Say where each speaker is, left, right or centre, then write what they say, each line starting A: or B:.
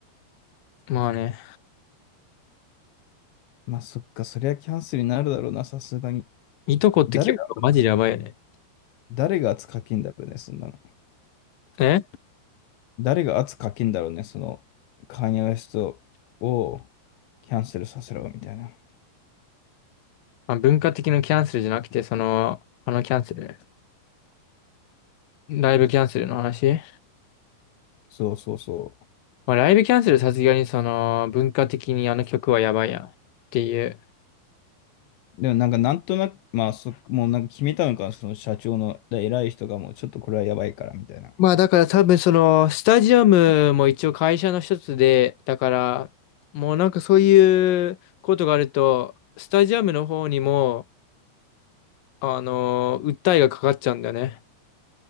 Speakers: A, on the left; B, on the left.
A: まあね、
B: まあそっか、そりゃキャンセルになるだろうな、さすがに。
A: いとこって結構マジでやばいよね。
B: 誰が、誰が圧かけんだろうね、そんなの。
A: え
B: 誰が圧かけんだろうね、その、カーニャウエストをキャンセルさせろ、みたいな。
A: まあ、文化的なキャンセルじゃなくて、その、あのキャンセル。ライブキャンセルの話。
B: そうそうそ
A: まあ、ライブキャンセルさすがにその文化的にあの曲はやばいやんっていう。
B: う。でもなんかなんとなく、まあそ、もうなんか決めたのかな、その社長の偉い人がもうちょっとこれはやばいから、みたいな。
A: まあだから多分そのスタジアムも一応会社の一つで、だからもうなんかそういうことがあると、スタジアムの方にも、あのー訴えがかかっちゃうんだよね。